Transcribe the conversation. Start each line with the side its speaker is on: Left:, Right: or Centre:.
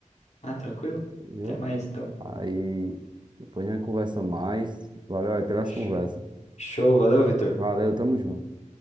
Left: Ah, tranquilo.
Right: viu?
Left: Até mais, então.
Right: Aí depois a gente conversa mais. Valeu aí pelas
Left: Show,
Right: conversas.
Left: show. valeu, Vitor.
Right: Valeu, tamo junto.